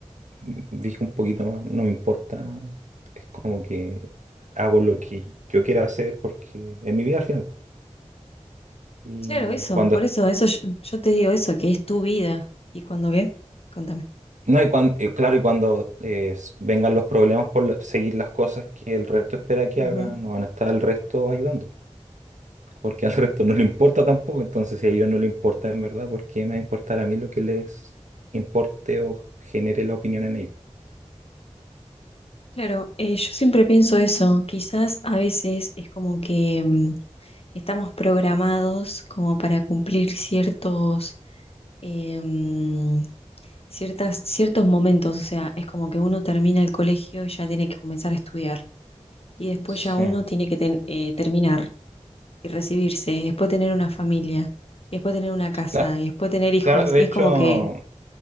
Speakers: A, on the right; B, on the left.
A: mm, dije un poquito más, no me importa. Es como que hago lo que yo quiera hacer porque es mi vida al final. Y
B: Claro, eso,
A: cuando
B: por eso, eso yo, yo te digo eso, que es tu vida. ¿Y cuando qué? Contame.
A: No, y cuando, claro, y cuando eh, s- vengan los problemas por la- seguir las cosas que el resto espera que
B: Ujú.
A: haga, no van a estar al resto ayudando, porque al resto no le importa tampoco, entonces si a ellos no le importa en verdad, ¿por qué me va a importar a mí lo que les importe o genere la opinión en ellos?
B: Claro, eh, yo siempre pienso eso, quizás a veces es como que mm, estamos programados como para cumplir ciertos, em, ciertas, ciertos momentos, o sea, es como que uno termina el colegio y ya tiene que comenzar a estudiar, y después
A: Sí,
B: ya uno tiene que ten- eh, terminar y recibirse, y después tener una familia, y después tener una casa,
A: Cla-
B: y después tener hijos,
A: claro, de
B: y
A: hecho,
B: es como que